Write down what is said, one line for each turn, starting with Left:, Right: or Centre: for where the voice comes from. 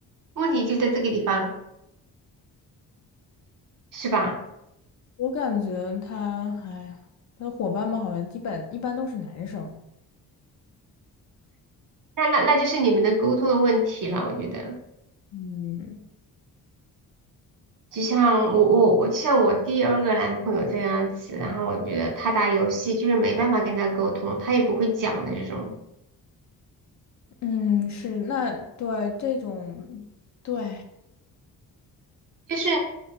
Right: 问题就在这个地方是吧？
Left: 我感觉他，哎呀，他的伙伴们好像基本一般都是男生。
Right: 那那那就是你们的沟通的问题了，我觉得。
Left: 嗯
Right: 就像我我我就像我第二个男朋友这样子，然后我觉得他打游戏就是没办法跟他沟通，他也不会讲的这种，
Left: 嗯，是那对这种对。
Right: 就是